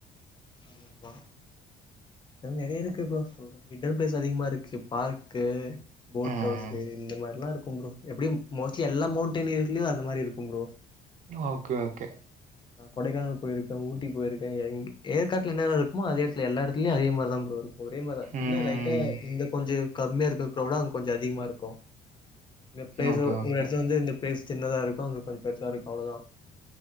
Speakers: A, on the left; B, on the right.
A: ஆமா ப்ரோ நெறைய இருக்கு ப்ரோ சொல்றதுக்கு ஹிடன் பிளேஸ் அதிகமா இருக்கு பார்க்கு போட்
B: ம்
A: ஹவுஸு இந்த மாரிலா இருக்கு ப்ரோ எப்டியு மோஸ்ட்லி எல்லா மவுண்டன் ஏயர்லயு அந்த மாரி இருக்கு ப்ரோ
B: ஓகே ஓகே
A: நா கொடைக்கானல் போயிருக்கே ஊட்டி போயிருக்கே எ ஏற்காட்ல என்னனருக்குமோ அதே எடத்துல எல்ல எடத்துலயு அதே மாரிதா ப்ரோ இருக்கு ஒரே மாரிதா என்ன
B: ம்
A: லைட்டா இங்க கொஞ்ச கம்மியா இருக்க க்ரௌடு அங்க கொஞ்ச அதிகமா இருக்கு இங்க பிளேஸ்
B: ஓகே
A: ஒரு
B: ஓகே
A: இடத்துலவந்து பிளேஸ் சின்னதா இருக்கு அங்க கொஞ்சோ பெருசா இருக்கு அவ்ளோதா